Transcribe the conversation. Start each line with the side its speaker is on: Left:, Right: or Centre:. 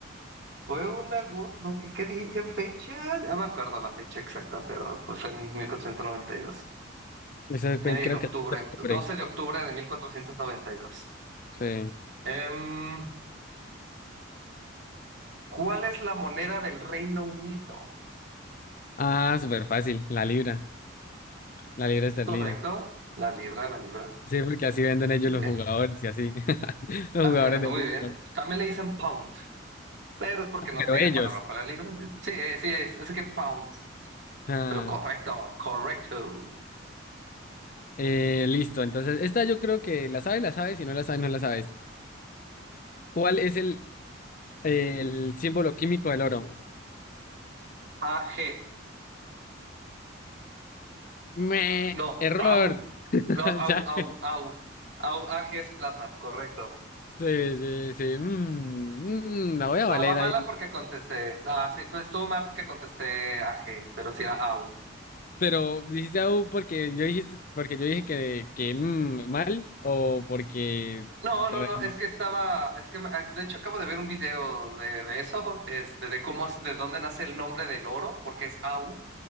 Right: fue un agosto, no, ¿qué, qué, dije? ¿Qué fecha? Ya me acuerdo la fecha exacta, pero pues fue en 1492.
Left: Eso
Right: En
Left: fue, creo
Right: octubre,
Left: que el 12 de octubre.
Right: 12 de octubre de 1492.
Left: Sí.
Right: Em, ¿cuál es la moneda del Reino Unido?
Left: Ah, súper fácil. La libra, la libra esterlina.
Right: ¿Correcto? La libra, la libra.
Left: Sí, porque así venden ellos
Right: Bien.
Left: los jugadores
Right: <laughs>
Left: y así. <laughs> Los
Right: Ajá,
Left: jugadores de
Right: Muy
Left: fútbol.
Right: bien. También le dicen pound, pero es porque no
Left: Pero
Right: tienen
Left: ellos.
Right: palabra para la libra. Sí, eh, sí, es, es que pounds.
Left: Ah,
Right: Pero correcto, correcto.
Left: eh, listo. Entonces, esta yo creo que la sabes, la sabes. Si no la sabes, no la sabes. ¿Cuál es el, el símbolo químico del oro?
Right: A G
Left: Me,
Right: No,
Left: error.
Right: AU.
Left: <laughs>
Right: No, AU,
Left: Ya.
Right: AU, AU. AU, A G es plata, correcto.
Left: Sí, sí, sí. Mm, mm, la voy a valer
Right: No, va
Left: ahí.
Right: mala porque contesté. No, sí, estuvo mal porque contesté A G pero sí era AU.
Left: Pero dijiste au porque yo dijiste, porque yo dije que, que mm, mal o porque.
Right: No, no,
Left: re-
Right: no, es que estaba, es que me- ah, de hecho acabo de ver un video de, de eso, este, de cómo es, de dónde nace el nombre del oro, porque es au,